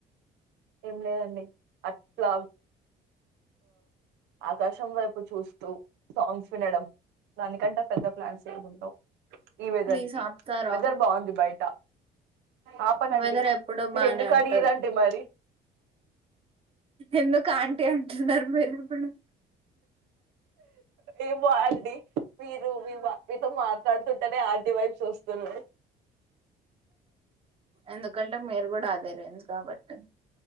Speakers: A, on the right (about 90°); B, on the right (about 35°).
A: ఏం లేదండి అట్లా ఆకాశం వైపు చూస్తూ సాంగ్స్ వినడం దానికంటే పెద్ద ప్లాన్స్ ఏమి ఉండవు, ఈ వెదర్
B: ప్లీజ్
A: కి
B: ఆపుతారా
A: వెదర్ బాగుంది బయట, ఆపనండి
B: వెదర్ ఎప్పుడో
A: మీరు
B: బానే
A: ఎందుకు
B: ఉంటది
A: అడిగరండి మరి,
B: ఎందుకు ఆంటీ అంటున్నారు మీరు ఇఎపుడు
A: ఏమో అండి మీరు మీ మా మీతో మాట్లాడుతుంటేనే ఆంటీ వైపు వూస్తున్నాయి
B: ఎందుకంటే మీరు కూడా అదే రేంజ్ కాబట్టి,